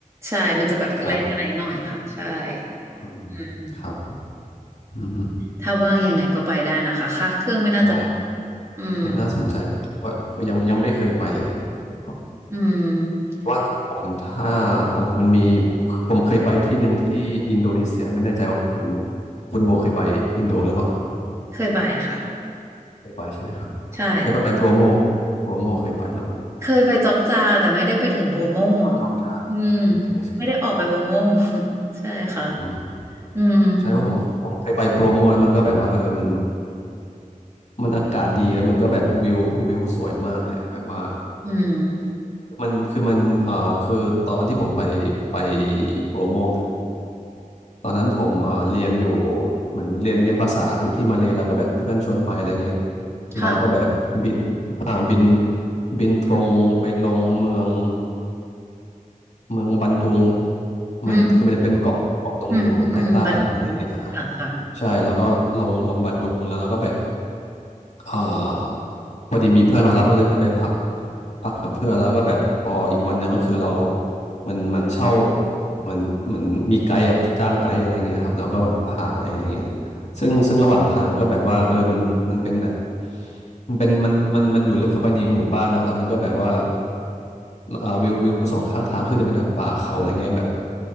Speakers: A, on the right; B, on the left.
A: ใช่มันจะแบบไล่ๆหน่อยค่ะใช่
B: ครับอืมครับ
A: อืม
B: อืมอืม
A: ถ้าว่างยังไงก็ไปได้นะคะค่าเครื่องไม่น่าจะแพง
B: ได้
A: อืม
B: เออน่าสนใจว่าคือยังยังไม่เคยไปเลยเพราะ
A: อืม
B: ว่าของผมถ้าของผมมันมีผมเคยไปที่หนึ่งที่อินโดนีเซีย ไม่แน่ใจว่าคุณคุณโบเคยไปอินโดหรือเปล่าครับ
A: เคยไปค่ะ
B: เคยไป ใช่ไหมครับเคยไปโบรโม
A: ใช่
B: โบรโมเคยไปหรือเปล่า
A: เคยไปจอกจาแต่ไม่ได้ไปถึงโบโม
B: อ๋อจอกจา
A: อืม
B: ไม่ถึงใช่ไหม
A: ไม่ได้ออกไปโบโม <laughs> ใช่ค่ะ
B: อืม
A: อืม
B: ใช่เพราะผมผมเคยไปโบรโมแล้วมันก็แบบว่าเออมันมันอากาศดีแล้วมันก็แบบวิววิวสวยมากเลยอะแบบว่า
A: อืม
B: มันคือมันเอ่อคือตอนที่ผมไปไปโปรโมทตอนนั้นผมเอ่อเรียนอยู่เหมือนเรียนเรียนภาษาอยู่ที่มาเลย์แล้วก็แบบเพื่อนชวนไปอะไรเงี้ย
A: ค่ะ
B: เราก็แบบบินอ่าบินบินตรงไปลงเมืองเมืองบันดุง
A: อืม
B: มันคือมันจะเป็นเกาะเกาะตรงอยู่ใต้ใต้อะไรเงี้ยนะฮะ
A: อืมอืมอืมประเด็นค่ะค่ะ
B: ใช่แล้วก็ลงลงบันดุงแล้วเราก็แบบ เอ่อพอดีมีเพื่อนมารับก็เลยคือไปพักพักกับเพื่อนแล้วก็แบบพออีกวันหนึ่งก็คือเราเหมันมันเช่าเหมอนเหมือนมีไกด์แบบจ้างไกด์อะไรเงี้ยครับแล้วก็แบบพาไปอะไรเงี้ยซึ่งซึ่งระหว่างทางก็แบบว่าเออมันมันเป็นแบบมันเป็นมันมันมันอยู่ลึกเข้าไปในหมู่บ้านเนาะแล้วมันก็แบบว่าเอ่อวิววิวสองข้างทางคือจะเป็นแบบป่าเขาอะไรเงี้ยแบบ